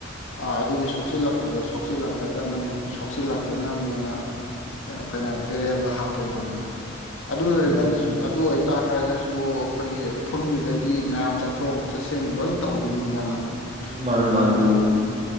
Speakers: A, on the left; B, on the right.
A: ꯑꯥ ꯑꯗꯨꯒꯤ ꯁꯣꯛꯆꯤꯜꯂꯛꯄꯗꯣ ꯁꯣꯛꯆꯤꯜꯂꯛꯇꯕ ꯁꯣꯛꯆꯤꯜꯂꯛꯇꯅꯕꯅꯤꯅꯣ ꯑꯩꯈꯣꯏꯅ ꯕꯦꯔꯦꯜꯗꯣ ꯍꯥꯞꯄꯩ ꯋꯥꯅꯤꯅ ꯑꯗꯨ ꯑꯣꯏꯔꯒ
B: ꯑꯣ
A: ꯑꯗꯨ ꯑꯣꯏ ꯍꯥꯏ ꯇꯥꯔꯒꯁꯨ ꯑꯩꯈꯣꯏꯒꯤ ꯐꯨꯝꯗꯨꯗꯗꯤ ꯃꯌꯥꯝ ꯆꯠꯊꯣꯛ ꯆꯠꯁꯦꯡ ꯂꯣꯏ ꯇꯧꯗꯣꯏꯅꯤꯗꯅ
B: ꯃꯥ ꯃꯥꯗ
A: ꯑꯗꯨꯅ